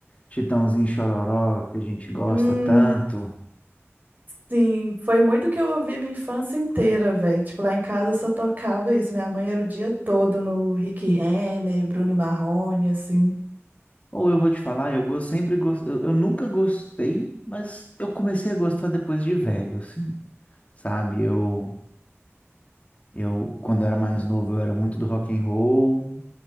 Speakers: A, on the left (about 30°); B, on the right (about 40°).
A: Chitãozinho Chororó que a gente gosta
B: Hum,
A: tanto.
B: Sim, foi muito que eu ouvi a minha infância inteira, velho. Tipo, lá em casa só tocava isso. Minha mãe era o dia todo no Rick Renner, Bruno e Marrone, assim.
A: Ou eu vou te falar, eu gos- sempre gos- eu, eu nunca gostei, mas eu comecei a gostar depois de velho, assim, sabe? Eu, eu quando era mais novo, eu era muito do rock and roll,